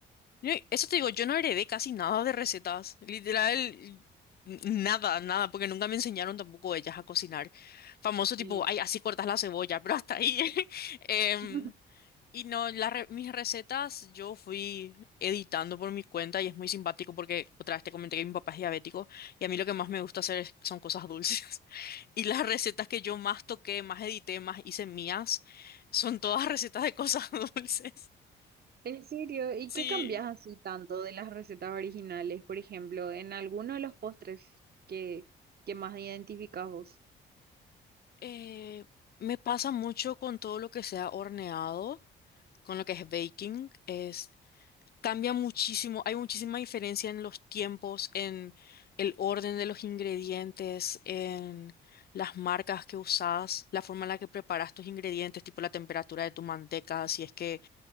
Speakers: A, on the left (about 50°); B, on the right (about 50°).
A: Yo- eso te digo, yo no heredé casi nada de recetas, literal, n- nada, nada, porque nunca me enseñaron tampoco ellas a cocinar. Famoso tipo,
B: Y ya.
A: ay, así cortas la cebolla, <laughs> pero hasta ahí. <laughs> Em,
B: <laughs>
A: y no, las re- mis recetas yo fui editando por mi cuenta y es muy simpático porque otra vez te comenté que mi papá es diabético y a mí lo que más me gusta hacer es- son cosas dulces. <laughs> Y las recetas que yo más toqué, más edité, más hice mías, son todas <laughs> recetas de cosas <laughs> dulces.
B: ¿En serio? ¿Y
A: Sí.
B: qué cambias así tanto de las recetas originales? Por ejemplo, en alguno de los postres que, que más identificás vos. <laughs>
A: Eh, me pasa mucho con todo lo que sea horneado, con lo que es baking, es cambia muchísimo, hay muchísima diferencia en los tiempos, en el orden de los ingredientes, en las marcas que usas, la forma en la que preparas tus ingredientes, tipo la temperatura de tu manteca, si es que